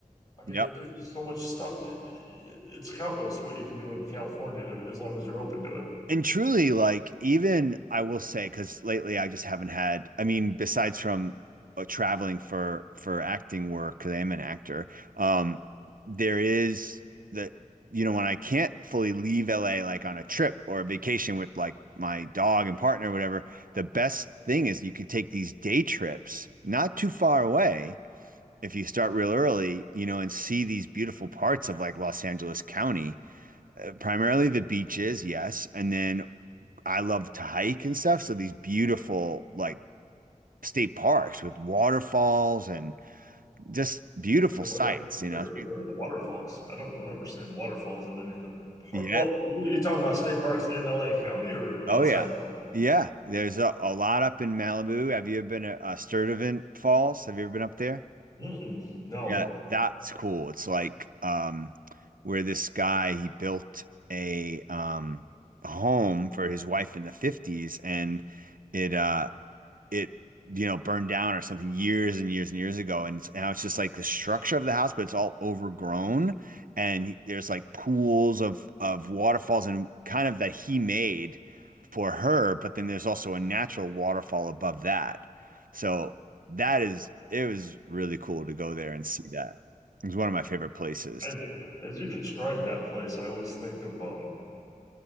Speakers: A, on the left (about 25°); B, on the right (about 85°).
A: I mean,
B: Yep.
A: there's just so much stuff. It's countless what you can do in California as long as you're open to it.
B: And truly, like, even I will say, because lately I just haven't had, I mean, besides from uh, traveling for for acting work, because I am an actor, um, there is that, you know, when I can't fully leave LA like on a trip or a vacation with like my dog and partner or whatever, the best thing is you could take these day trips not too far away if you start real early, you know, and see these beautiful parts of like Los Angeles County, uh, primarily the beaches, yes, and then I love to hike and stuff, so these beautiful like state parks with waterfalls and just beautiful
A: Well,
B: sights,
A: what? Where?
B: you know.
A: Where are the waterfalls? I don't remember seeing waterfalls in any of the park.
B: Yeah.
A: Well, you talking about state parks in LA County or
B: Oh
A: outside?
B: yeah.
A: of-
B: Yeah, there's a, a lot up in Malibu. Have you ever been to uh, Sturtevant Falls? Have you ever been up there?
A: Mm-mm, no.
B: Yeah, that's cool. It's like um where this guy he built a um home for his wife in the 50s and it uh it you know burned down or something years and years and years ago and it's- now it's just like the structure of the house but it's all overgrown and there's like pools of of waterfalls and kind of that he made for her but then there's also a natural waterfall above that so that is it was really cool to go there and see that it was one of my favorite places
A: As, as you describe that place, I always think of um,